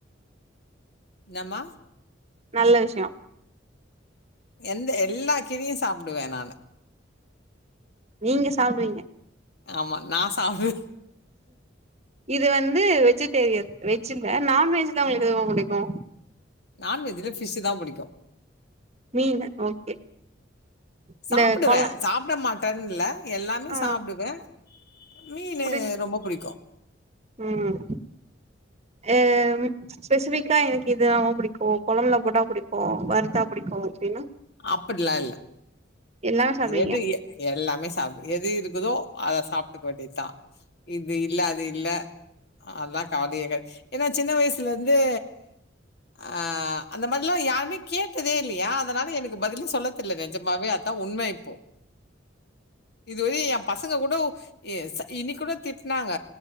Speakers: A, on the left (about 60°); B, on the right (about 35°).
A: என்னா மா
B: நல்ல விஷ்யோ
A: எந்த எல்லா கீரையு சாப்டுவே நானு
B: நீங்க சாப்டுவீங்க
A: ஆமா நா சாப்டுவே
B: இது வந்து வெஜிடேரியன் வெஜ்ல நான்வெஜ்ல உங்களுக்கு எது ரொம்ப புடிக்கு
A: நான்வெஜ்ல ஃபிஷ் தா புடிக்கு
B: மீன் ஓகே இந்த
A: சாப்டுவே
B: கொல
A: சாப்ட மாட்டன் இல்ல எல்லாமே
B: ஆ
A: சாப்டுவே மீனு
B: புடி
A: ரொம்ப புடிக்கு
B: ம் ஏ ம் ஸ்பெசிஃபிக்கா எனக்கு இது ரொம்ப புடிக்கு கொழம்புல போட்டா புடிக்கு வறுத்தா புடிக்கு அப்டின்னா
A: அப்புட்லா இல்ல
B: எல்லாமே சாப்டுவீங்க
A: எது ஏ எல்லாமே சாப் எது இருக்குதோ அத சாப்ட்டுக்க வேண்டிதா இது இல்ல அது இல்ல ஆலா கவலயே கட ஏனா சின்ன வய்சுலேந்தே ஆ அந்த மாரிலா யாருமே கேட்டதே இல்லையா அதனால எனக் கு பதிலே சொல்ல தெர்ல நெஜமாவே அதான் உண்ம இப்போ இதுவரை என் பச சங்க கூட ஏ ச இன்னைக்கூட திட்னாங்க